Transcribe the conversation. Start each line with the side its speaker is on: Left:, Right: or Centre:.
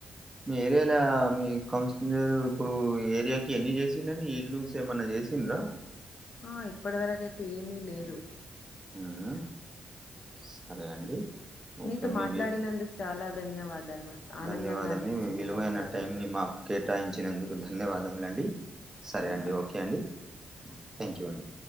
Right: మీ ఏరియాలా మీ కౌన్సిలర్ ఇప్పుడూ ఈ ఏరియాకి ఎన్ని జేసిండండి ఈ ఇల్లూస్ ఏమన్న ఏసింద్ర
Left: ఆ ఇప్పడ వరకైతే ఏమీ లేదు
Right: ఊఉ సరే అండి
Left: మీతో
Right: ఓకే మీ
Left: మాట్లాడినందు చాలా ధన్యవాదాలు ఆనందంగా
Right: ధన్యవాదమే
Left: అనిపించింది
Right: విలువైన
Left: ధన్యవాదాలు
Right: టైంని
Left: సార్
Right: మాకు కేటాయించినందుకు ధన్యవాదములండి సరే
Left: ధన్యవాదాలు
Right: అండి ఓకే అండి థ్యాంక్ యూ అండి